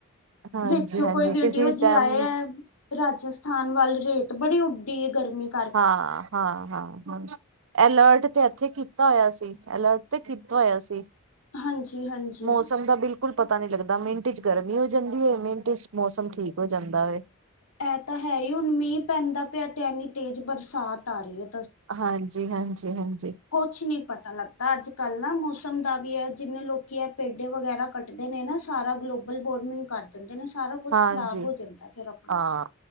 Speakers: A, on the right; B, on the left.
A: ਹਾਂਜੀ
B: ਵਿੱਚੋਂ
A: ਹਾਂਜੀ
B: ਕੋਈ ਵੀਡੀਓ
A: ਕਿਸੇ
B: ਜੀ
A: ਟਾਈਮ
B: ਆਏ ਐ ਰਾਜਸਥਾਨ ਵੱਲ ਰੇਤ ਬੜੀ ਉੱਡੀ ਐ ਗਰਮੀ ਕ
A: ਹਾਂ-ਹਾਂ-ਹਾਂ-ਹਾਂ, ਐਲਰਟ ਤੇ ਏਥੇ ਕੀਤਾ ਹੋਇਆ ਸੀ। ਐਲਰਟ ਤੇ ਕੀਤਾ ਹੋਇਆ ਸੀ,
B: ਹਾਂਜੀ-ਹਾਂਜੀ।
A: ਮੌਸਮ ਦਾ ਬਿਲ ਕੁਲ ਪਤਾ ਨੀ ਲੱਗਦਾ ਮਿੰਟ ਚ ਗਰਮੀ ਹੋ ਜਾਂਦੀ ਐ ਮਿੰਟ ਚ ਮੌਸਮ ਠੀਕ ਹੋ ਜਾਂਦਾ ਵੈ।
B: ਐ ਤਾਂ ਹੈ ਈ ਹੁਣ ਮੀਂਹ ਪੈਂਦਾ ਪਿਆ ਤੇ ਏਨੀ ਤੇਜ ਬਰਸਾਤ ਆ ਰਈ ਐ।
A: ਹਾਂਜੀ-ਹਾਂਜੀ-ਹਾਂਜੀ।
B: ਕੁਛ ਨੀ ਪਤਾ ਲੱਗਦਾ ਅੱਜ-ਕੱਲ ਨਾ ਮੌਸਮ ਦਾ ਵੀ ਐ ਜਿੰਨੇ ਲੋਕੀ ਐ ਪੇਡੇ ਵਗੈਰਾ ਕੱਟਦੇ ਨੇ ਨਾ ਸਾਰਾ ਗਲੋਬਲ ਵਾਰਮਿੰਗ ਕਰ ਦਿੰਦੇ ਨੇ ਸਾਰਾ ਕੁਛ
A: ਹਾਂਜੀ
B: ਖਰਾਬ ਹੋ ਜਾਂਦਾ ਐ ਫਿਰ ਆਪਣਾ
A: ਹਾਂ।